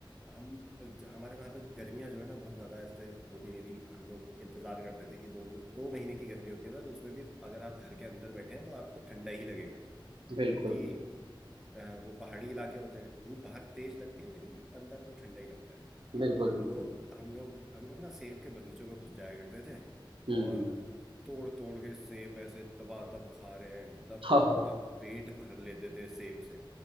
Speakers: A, in the centre; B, on the right.
A: हम ज- हमारे वहाँ पे गर्मियाँ जो है ना बहुत ज़्यादा ऐसे होती नहीं थी हम लोग इंतजार करते थे कि दो दो महीने की गर्मी होती है बस उसमें भी अगर आप घर के अंदर बैठे हैं तो आपको ठंडा ही लगेगा क्योंकि
B: बिल्कुल
A: अ, वो पहाड़ी इलाके होते हैं धूप बाहर तेज लगती है लेकिन अंदर तो ठंडा ही लगता है
B: बिल्कुल
A: तो
B: बिल्कुल
A: हम लोग हम लोग ना सेब के बगीचों में घुस जाया करते थे
B: हुँ।
A: और तोड़ तोड़ के सेब ऐसे दबादब खा रहे हैं मतलब
B: <laughs> हाँ, हाँ।
A: पूरा पेट भर लेते थे सेब से